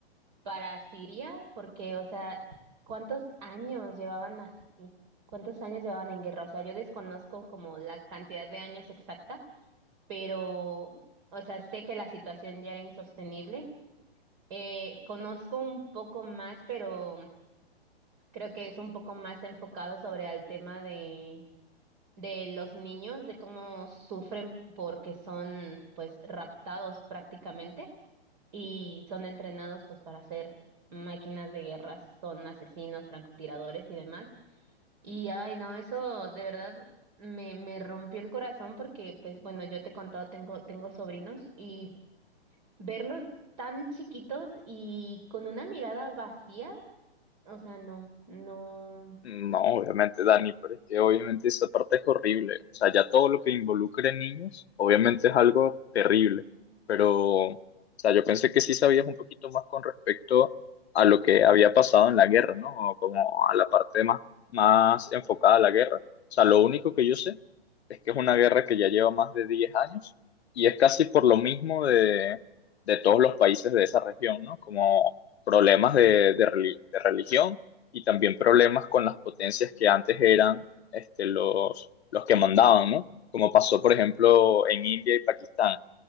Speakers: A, on the right; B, on the left.
A: para Siria, porque, o sea, ¿cuántos años llevaban así? ¿Cuántos años llevaban en guerra? O sea, yo desconozco como la cantidad de años exacta pero, o sea, sé que la situación ya era insostenible. Eh, conozco un poco más, pero creo que es un poco más enfocado sobre el tema de, de los niños, de cómo sufren porque son, pues, raptados prácticamente y son entrenados, pues, para ser máquinas de guerra, son asesinos, francotiradores y demás. Y, ay, no, eso de verdad me, me rompió el corazón porque, pues, bueno, yo te he contado, tengo, tengo sobrinos y Verlos tan chiquitos y con una mirada vacía, o sea, no, no.
B: No, obviamente, Dani, pero es que obviamente esa parte es horrible. O sea, ya todo lo que involucre niños, obviamente es algo terrible. Pero, o sea, yo pensé que sí sabías un poquito más con respecto a lo que había pasado en la guerra, ¿no? O Como a la parte más, más enfocada a la guerra. O sea, lo único que yo sé es que es una guerra que ya lleva más de 10 años y es casi por lo mismo de, de todos los países de esa región, ¿no? Como problemas de de reli- de religión y también problemas con las potencias que antes eran este, los, los que mandaban, ¿no? Como pasó, por ejemplo, en India y Pakistán,